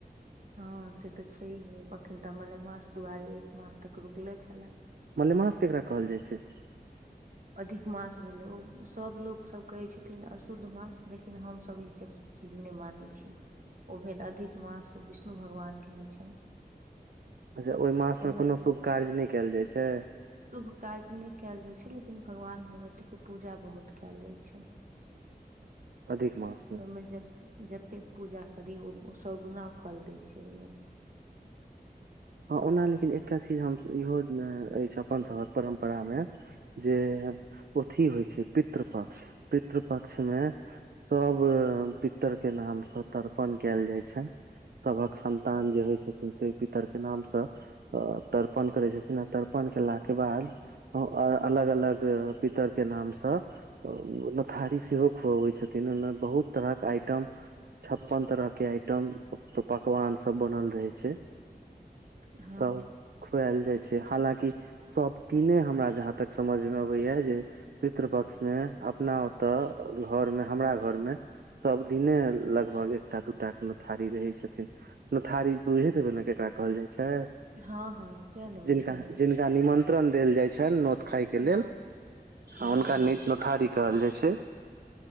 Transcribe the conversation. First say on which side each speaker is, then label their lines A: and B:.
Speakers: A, on the right (about 55°); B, on the right (about 70°).
A: हँ से तऽ छैहे अखन तऽ मल मास दुआरी एक मास से रुकले छले
B: मलेमास केकरा कहल जाइ छै
A: अधिक मास भेलै ओ सभ लोकसभ कहै छथिन अशुद्ध मास लेकिन हमसभ ई सब से चीज नहि मानै छी ओ भेल अधिक मास ओ विष्णु भगवानके होइ छनि
B: अच्छा ओहि मास
A: ओहिमे
B: मे कोनो शुभ काज नहि कयल जाइ छै
A: शुभ काज नहि कयल जाइ छै लेकिन भगवान भगवतीके पूजा बहुत कयल जाइ छै
B: अधिक मासमे
A: ओमे जतेक जतेक पूजा करी ओ सगुना फल दै छै ओहिमे
B: हँ ओना लेकिन एकटा चीज हम इहो अछि अपन सभक परम्परा मे जे अथी होइ छै पितृ पक्ष पितृ पक्ष मे सभ पितरके नामसँ तर्पण कयल जाइ छनि सबक संन्तान जे होय छथिन से पितर के नामसँ अ तर्पण करै छथिन आ तर्पण देलाके बाद अ अलग अलग पितर के नाम सँ ओ त थारी सेहो खुअबैत छथिन ओहिमे बहुत तरहक आइटम छप्पन तरह के आइटम पकवान सब बनल रहे छै
A: <unintelligible>
B: तब खुएल जाइ छै हालांकि सभ तीने हमरा जहाँ तक समझमे अबैया जे पितृपक्षमे अपना ओतय घरमे हमरा घरमे सब दिने लगभग एकटा दूटा कोनो थारी रहै छथिन ने थारी बुझे देबै ने केकरा कहल जाइ छै
A: हँ हँ किया ने बुझतै
B: जिनका जिनका निमंत्रण देल जाय छनि नोत खााय के
A: हँ
B: लेल हुनका
A: हूँ हूँ
B: नीत नोथारी कहल जाइ छै